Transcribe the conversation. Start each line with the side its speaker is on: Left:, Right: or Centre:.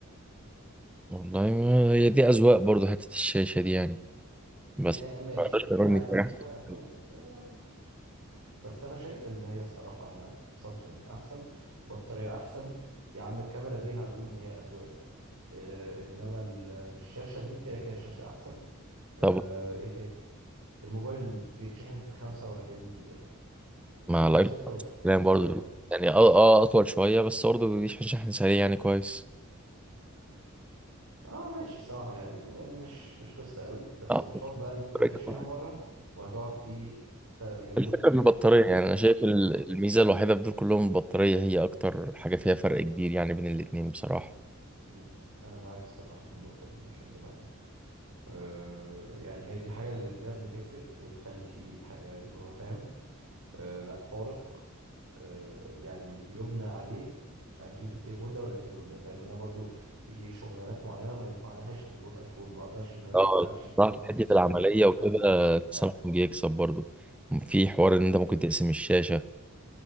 Centre: والله ما هي دي اذواق برضو حته الشاشه دي يعني
Right: ما-
Centre: بس
Right: ماشي
Centre: ما اقدرش اقارني
Right: انت عايز
Centre: في
Right: تمشيها
Centre: أي حاجة.
Right: اذواق آه، براحتك بس انا شايف ان هي الصراحه لا سامسونج احسن بطاريه احسن يا عم الكاميرا دي هنقول ان هي اذواق آه، انما ال- الشاشه دي كده كده الشاشه احسن آه،
Centre: طب
Right: ايه تاني الموبايل بيتشحن في 45 دقيقه
Centre: مع
Right: او
Centre: الايفون
Right: 36
Centre: كلام برضو
Right: دقيقه كمان
Centre: يعني اه اه اطول شويه بس برضو بيشحن شحن سريع يعني كويس
Right: اه ماشي الصراحه يعني م- مش مش قصه قوي بس
Centre: اه
Right: قصاد بقى انك
Centre: الفكره
Right: هتشحنه مره وهتقعد بيه تا- يومين
Centre: في البطاريه
Right: فاهم
Centre: يعني انا
Right: هتشحن
Centre: شايف ال-
Right: مره
Centre: الميزه الوحيده في دول كلهم البطاريه هي اكتر حاجه فيها فرق كبير يعني بين الاتنين بصراحه
Right: مم. انا معاك الصراحه في النقطه دي مش هكدب عليك أه يعني هي دي الحاجه اللي بجد تفرق وتخلي فيه حاجه اللي هو فاهم أه لا فارق أه يعني يبنى عليه اجيب التليفون ده ولا التليفون ده لان انا برضو في شغلانات معينه ما ينفع لهاش تليفون ايفون ما اقدرش ان انا
Centre: اه
Right: امشي بتليفون
Centre: بصراحة في
Right: بيفصل
Centre: حتة العملية
Right: مني كل
Centre: وكده
Right: خمس ساعات
Centre: سامسونج يكسب برضو في حوار ان انت ممكن تقسم الشاشة